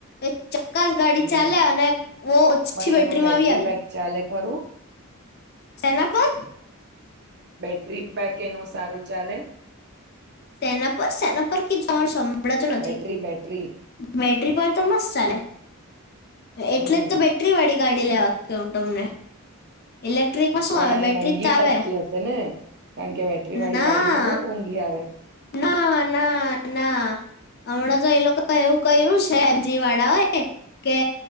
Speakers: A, on the left; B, on the right.
A: એ જકાસ ગાડી
B: હમ
A: ચાલે અને બહું ઓછી
B: પણ
A: બેટરીમાં
B: એનું બેટરી
A: બી આવી
B: પેક
A: <unintelligible>
B: ચાલે ખરું?
A: શેના પર?
B: બેટરી પેક એનું સારું ચાલે?
A: શેના પર શેના પર <unintelligible> સંભળાતું નથી.
B: બેટરી બેટરી
A: બેટરી પાવર તો મસ્ત ચાલે. એટલે
B: હમ
A: જ તો બેટરી વાળી ગાડી લેવા કે હું તમને ઇલેક્ટ્રિકમાં શું
B: પણ
A: આવે
B: એ
A: બેટરી
B: મોંઘી
A: જ તો આવે
B: પડતી હશે ને કારણ કે બેટરી વાળી
A: ના
B: ગાડી તો બહુ મોંઘી આવે
A: ના ના ના હમણાં તો એ લોકો એવું કર્યું છે એબજી વાળા એ કે